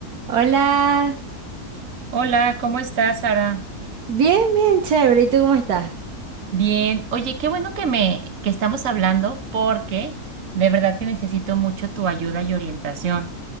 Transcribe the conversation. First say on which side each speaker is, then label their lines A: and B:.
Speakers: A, on the right; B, on the right.
A: Hola,
B: Hola, ¿cómo estás, Sara?
A: bien, bien, chévere. ¿Y tú cómo estás?
B: Bien. Oye, qué bueno que me que estamos hablando porque de verdad que necesito mucho tu ayuda y orientación.